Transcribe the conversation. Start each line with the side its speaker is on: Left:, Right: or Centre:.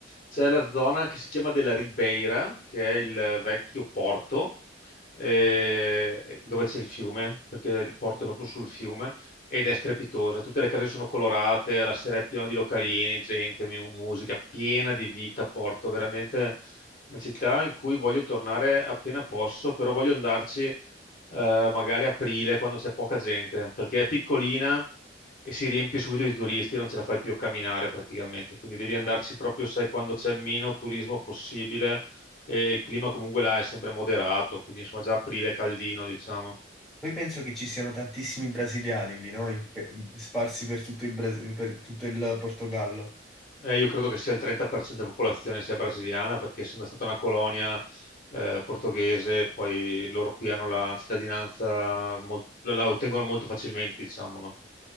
Left: C'è la zona che si chiama della Ribeira, che è il vecchio porto, eh, dove c'è il fiume, perché il porto è proprio sul fiume ed è strepitosa. Tutte le case sono colorate, la sera è piena di localini, gente, mu- musica, piena di vita. Porto veramente una città in cui voglio tornare appena posso, però voglio andarci eh, magari aprile quando c'è poca gente, perché è piccolina e si riempie subito di turisti, non ce la fai più a camminare praticamente. Quindi devi andarci
Centre: eh,
Left: proprio, sai, quando c'è meno turismo possibile. E il clima comunque là è sempre moderato, quindi insomma già aprile è caldino, diciamo.
Centre: poi penso che ci siano tantissimi brasiliani lì, no? In pe- sparsi per tutto il Brasi- per tutto il Portogallo.
Left: Eh, io credo che sia il 30% della popolazione sia brasiliana, perché essendo stata una colonia eh, portoghese, poi loro qui hanno la cittadinanza, molt- la, la ottengono molto facilmente, diciamo, no?